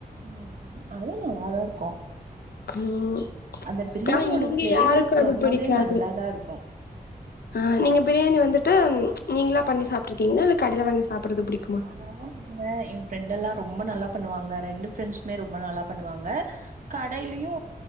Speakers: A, on the right; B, on the left.
A: ம் அது நல்லாதா இருக்கு
B: ம்
A: அந்த பிரியாணியோட
B: ஆனா இங்க
A: ஃப்ளேவர்ஸ்
B: யாருக்கு அது
A: வரும்போதே
B: பிடிக்காது
A: நல்லாதா இருக்கு
B: ஆ நீங்க பிரியாணி வந்துட்டு நீங்களா பண்ணி சாப்ட்ருக்கீங்ளா இல்ல கடைல வாங்கி சாப்பட்றது புடிக்
A: நானாவு பண்ணுவே எ ஃப்ரெண்டெல்லா ரொம்ப நல்லா பண்ணுவாங்க ரெண்டு ஃப்ரெண்ட்ஸ்மே ரொம்ப நல்லா பண்ணுவாங்க கடைலயு